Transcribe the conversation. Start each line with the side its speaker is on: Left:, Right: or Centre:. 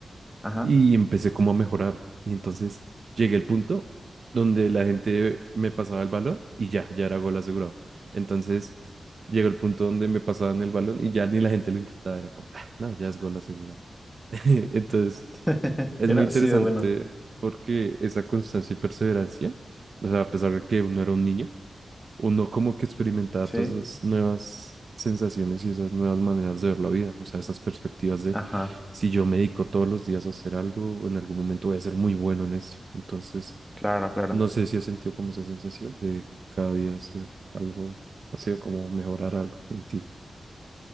Centre: Ajá.
Right: y empecé como a mejorar. Y entonces llegué al punto donde la gente me pasaba el balón y ya, ya era gol asegurado. Entonces llegó el punto donde me pasaban el balón y ya ni la gente lo intentaba, era como, "Ah, no, ya es gol asegurado. <laughs> Entonces
Centre: <laughs>
Right: es
Centre: Era
Right: muy
Centre: así
Right: interesante
Centre: de bueno.
Right: porque esa constancia y perseverancia, o sea, a pesar de que uno era un niño, uno como que experimentaba
Centre: Sí.
Right: todas esas nuevas sensaciones y esas nuevas maneras de ver la vida, o sea, esas perspectivas de
Centre: Ajá,
Right: si yo me dedico todos los días a hacer algo, en algún momento voy a ser muy bueno en esto. Entonces,
Centre: claro, claro.
Right: no sé si has sentido como esa sensación de cada día hacer algo, así como mejorar algo en ti.